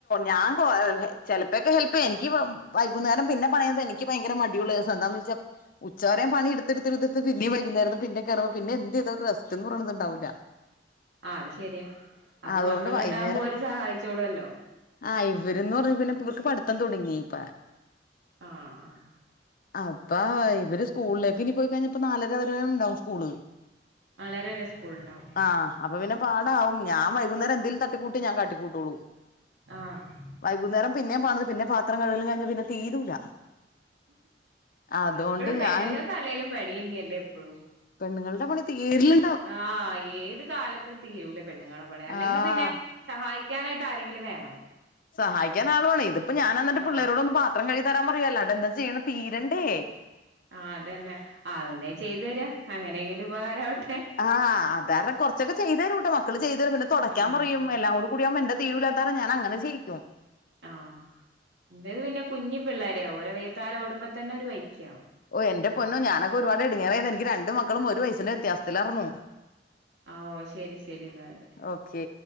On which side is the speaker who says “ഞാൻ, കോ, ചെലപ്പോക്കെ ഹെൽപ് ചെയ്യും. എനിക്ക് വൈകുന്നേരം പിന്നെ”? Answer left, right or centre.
Left